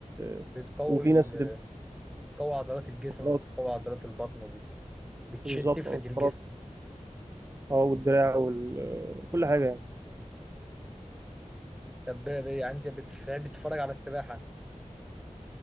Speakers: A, on the right; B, in the centre.
A: آه،
B: بتقوي
A: وفي
B: ال-
A: ناس بتبقى
B: بتقوي عضلات الجسم
A: فقرات
B: وبتقوي عضلات البطن وبتشد
A: بالظبط
B: تفرد
A: اه الفقرات
B: الجسم
A: اه والدراع وكل حاجه يعني
B: طب ب- ب- يعني أنت بتف- بتتفرج على السباحة أنت؟